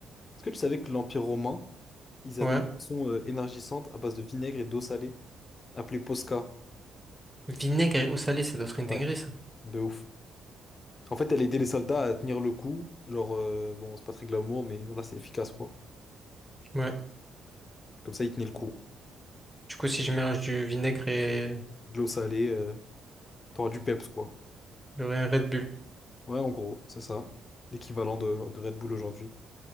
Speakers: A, on the left; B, in the centre.
A: Est-ce que tu savais que l'Empire romain, ils avaient
B: Ouais.
A: une boisson euh, énergisante à base de vinaigre et d'eau salée? appelée Posca.
B: Vinaigre et eau salée, c'est d'autres une
A: Ouais.
B: dinguerie, ça.
A: De ouf. En fait, elle aidait les soldats à tenir le coup. Genre, euh, bon, c'est pas très glamour, mais voilà, c'est efficace, quoi.
B: Ouais.
A: Comme ça, ils tenaient le coup.
B: Du coup, si je mélange du vinaigre et
A: De l'eau salée, euh, t'auras du peps, quoi.
B: j'aurai un Red Bull
A: Ouais, en gros, c'est ça. L'équivalent de, de Red Bull aujourd'hui.